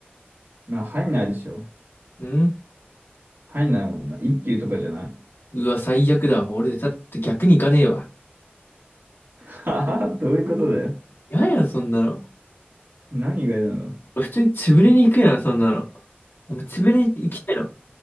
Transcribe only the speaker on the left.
ん
うわ、最悪だ。俺、だって逆に行かねえわ。
やや、そんなの。
俺普通に潰れに行くやん、そんなの。なんか潰れに行きたいの。